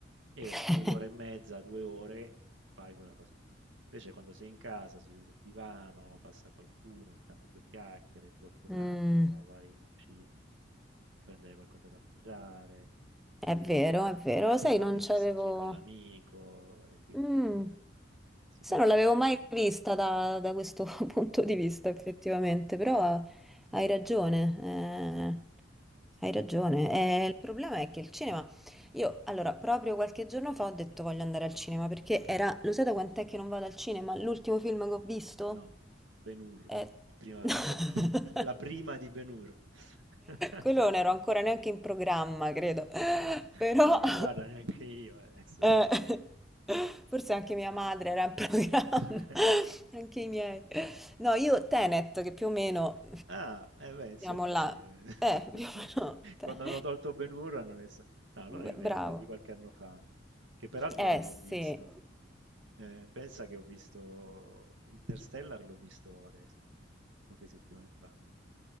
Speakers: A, on the right; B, in the centre.
A: e
B: <laughs>
A: in quell'ora e mezza, 2 ore, fai quella cosa là. Invece quando sei in casa, seduto sul divano, passa qualcuno, scambi due chiacchiere, blocchi un
B: Mm,
A: attimo, vai in cucina a prendere qualcosa da mangiare, eh,
B: è vero, è vero,
A: magari
B: lo sai,
A: mandi
B: non
A: un
B: c'avevo.
A: messaggino all'amico e quindi
B: Mm.
A: si
B: Sai,
A: perde
B: non l'avevo
A: un po'.
B: mai vista da, da questo <laughs> punto di vista, effettivamente,
A: Ah,
B: però hai ragione, eh, hai ragione.
A: eh,
B: Eh, il problema è che il cinema, io allora proprio qualche giorno fa ho detto voglio andare al cinema perché era, lo sai da quant'è che non vado al cinema? L'ultimo film che ho visto
A: no, Ben-Hur
B: è...
A: in prima
B: <laughs>
A: visione. <laughs> La prima di Ben-Hur. <laughs>
B: Quello non ero ancora neanche in programma, credo, però...
A: Beh, ne
B: <laughs>
A: guarda neanche io adesso,
B: Eh,
A: insomma.
B: <laughs> forse anche mia madre era in programma,
A: <laughs>
B: <laughs> anche i miei. No, io Tenet, che più o meno
A: Ah, eh beh, insomma,
B: siamo là.
A: sì. eh.
B: Eh,
A: <laughs>
B: più o meno. te-
A: Quando hanno tolto Ben Hur hanno messo... No, non
B: b-
A: è vero,
B: Bravo.
A: beh, di qualche anno fa, che peraltro
B: Eh
A: non
B: sì,
A: ho visto. Eh, pensa che ho visto Interstellar, l'ho visto adesso, poche settimane fa.